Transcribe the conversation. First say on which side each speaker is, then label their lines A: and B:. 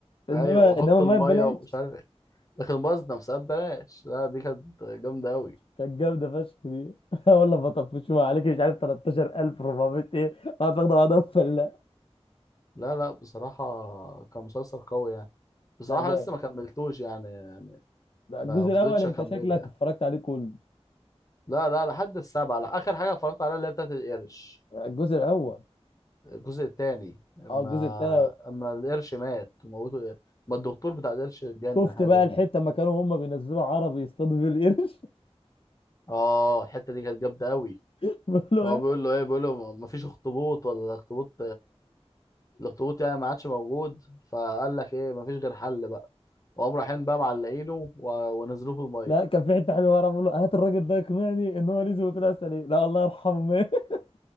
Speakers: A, on the left; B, on the left.
A: انما
B: ايوه وحط
A: انما الميه
B: الميه
A: ببلاش
B: ومش عارف ايه لكن بازنة مسابات ببلاش لا دي كانت جامده قوي
A: كانت جامده فشخ دي <laughs> والله بطفشوها عليك مش عارف 13400 ايه قاعد واخده بعضها فلا
B: لا لا بصراحه كان مسلسل قوي يعني بصراحه
A: لا جامد
B: لسه ما كملتوش يعني يعني
A: ده الجزء
B: ما فضلتش
A: الاول انت
B: اكمله
A: شكلك
B: يعني
A: اتفرجت عليه كله
B: لا لا لحد السبعه لا اخر حاجه اتفرجت عليها اللي هي بتاعت القرش
A: الجزء الاول
B: الجزء الثاني اما
A: اه الجزء الثاني
B: اما القرش مات وموته ما الدكتور بتاع القرش اتجنن
A: شفت
B: حاجه
A: بقى
B: زي
A: الحته
B: كده
A: لما كانوا هم بينزلوا عربي يصطادوا بيه القرش
B: اه الحته دي كانت جامده قوي
A: <laughs> بقول له
B: هو
A: إيه؟
B: بيقول له ايه بيقول له ما فيش اخطبوط ولا الاخطبوط الاخطبوط يعني ما عادش موجود فقال لك ايه ما فيش غير حل بقى وقام رايحين بقى معلقينه و- ونزلوه في الميه
A: لا كان في حته حلوه ورا بقول له هات الراجل ده يقنعني ان هو نزل واترقص عليه لا الله يرحمه مات <laughs>